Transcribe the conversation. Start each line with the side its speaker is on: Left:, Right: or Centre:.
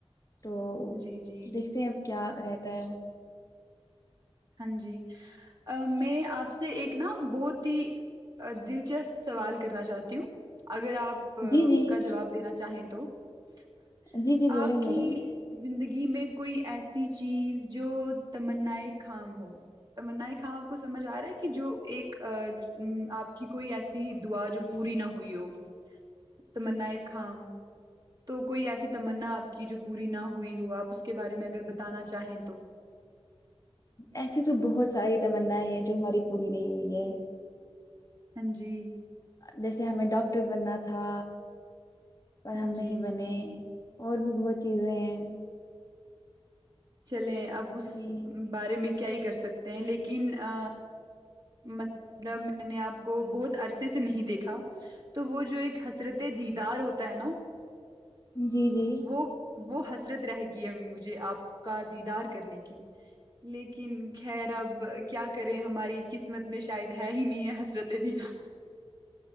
Left: تو
Right: جی جی
Left: دیکھتے ہیں اب کیا رہتا <inaudible>
Right: ہاں جی میں آپ سے ایک نا بہت ہی دلچسپ سوال کرنا چاہتی ہوں اگر آپ
Left: جی جی
Right: اس کا جواب دینا چاہیں تو <inaudible>
Left: جی جی بولیں
Right: آپ
Left: بولیں
Right: کی زندگی کہ میں کوئی ایسی چیز جو تمنائی خ ہو تمنا خام آپ کو سمجھ آ رہا ہے کہ جو ایک آپ کی کوئی ایسی دعا جو پوری نہ ہوئی ہو تمنا خام تو کوئی ایسی تمنا آپ کی جو پوری نہ ہوئی ہو آپ اس کے بارے میں اگر بتانا چاہیں تو
Left: ایسی تو بہت ساری تمنائی ہیں جو ہماری پوری نہیں ہوئی ہے
Right: ہاں جی
Left: جیسے ہمیں ڈاکٹر بننا تھا پر
Right: ہاں
Left: ہم
Right: جی
Left: نہیں بنے اور بھی بہت چیزیں ہیں
Right: چلے اب اس
Left: جی
Right: بارے میں کیا ہی کر سکتے ہیں لیکن ا مطلب میں نے آپ کو بہت عرصے سے نہیں دیکھا تو وہ جو ایک حسرتیں دیدار ہوتا ہے نا
Left: جی جی
Right: وہ وہ حسرت رہ گی ہے مجھے آپ کا دیدار کرنے کی لیکن خیر اب کیا کریں ہم ہماری قسمت میں شاید ہے ہی نہیں ہے حضرت دیفا